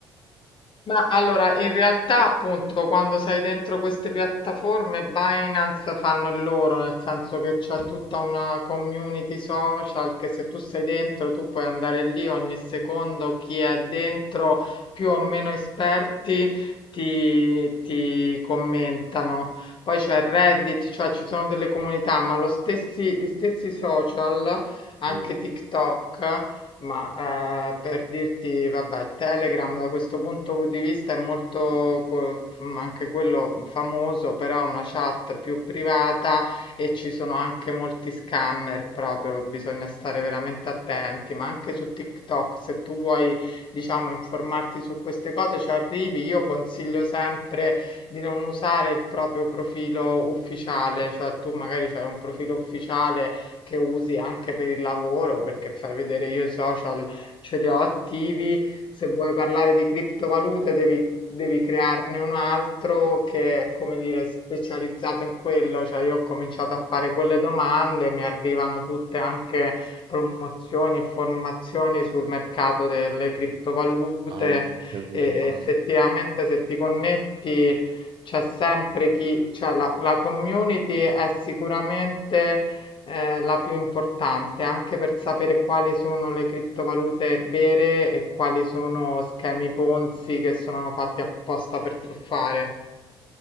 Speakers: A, on the left; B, on the right.
A: Ma allora, in realtà appunto quando sei dentro queste piattaforme, Binance fanno il loro, nel senso che c'è tutta una community social che se tu sei dentro tu puoi andare lì ogni secondo, chi è dentro, più o meno esperti, ti, ti commentano. Poi c'è Reddit, cioè ci sono delle comunità, ma lo stessi, gli stessi social, anche
B: Mm.
A: TikTok. Ma eh, per dirti, vabbè, Telegram da questo punto di vista è molto co- mh, anche quello famoso, però è una chat più privata e ci sono anche molti scammer proprio, bisogna stare veramente attenti, ma anche su TikTok, se tu vuoi, diciamo, informarti su queste cose, ci arrivi, io consiglio sempre di non usare il proprio profilo ufficiale, cioè tu magari hai un profilo ufficiale che usi anche per il lavoro, perché fai vedere io i social ce li ho attivi. Se vuoi parlare di criptovalute, devi, devi crearne un altro che è, come dire, specializzato in quello. Cioè, io ho cominciato a fare quelle domande, mi arrivano tutte anche promozioni, informazioni sul mercato delle criptovalute
B: Ah, capito.
A: e effettivamente se ti connetti c'è sempre chi, cioè la, la community è sicuramente eh, la più importante, anche per sapere quali sono le criptovalute vere e quali sono schemi Ponzi che sono fatti apposta per truffare.